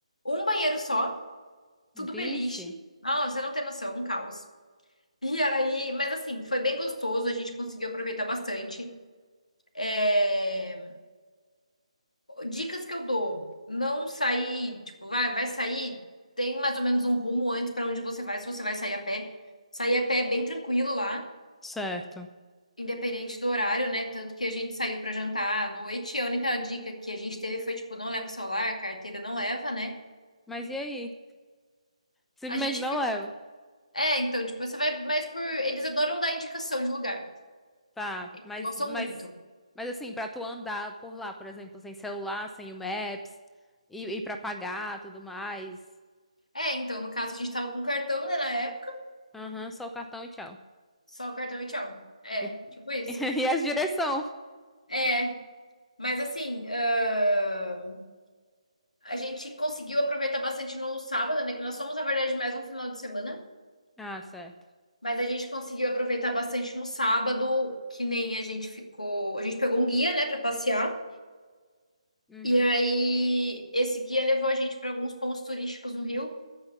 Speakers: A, on the left (about 85°); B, in the centre.
A: Um banheiro só, tudo
B: Vixe.
A: beliche. Ah, você não tem noção, um caos. E aí, mas assim, foi bem gostoso, a gente conseguiu aproveitar bastante. É, Dicas que eu dou: não sair, tipo, vai, vai sair, tem mais ou menos um rumo antes para onde você vai, se você vai sair a pé. Sair a pé é bem tranquilo lá.
B: Certo.
A: Independente do horário, né? Tanto que a gente saiu para jantar à noite. e A única dica que a gente teve foi, tipo, não leva o celular, carteira não leva, né?
B: Mas e aí? Simplesmente
A: A gente
B: não
A: viu.
B: leva.
A: É, então, tipo, você vai. Mas por. Eles adoram dar indicação de lugar.
B: Tá, mas,
A: Gostam
B: mas,
A: muito.
B: mas assim, pra tu andar por lá, por exemplo, sem celular, sem o Maps, e, e pra pagar, tudo mais.
A: É, então, no caso, a gente tava com cartão, né, na época.
B: Aham, só o cartão e tchau.
A: Só o cartão e tchau. É,
B: E,
A: tipo isso.
B: <laughs> e as direção.
A: É, mas assim. ahn, A gente conseguiu aproveitar bastante no sábado, né? Que nós fomos, na verdade, mais um final de semana.
B: Ah, certo.
A: Mas a gente conseguiu aproveitar bastante no sábado, que nem a gente ficou. A gente pegou um guia, né, para passear.
B: Uhum.
A: E aí, esse guia levou a gente para alguns pontos turísticos no Rio.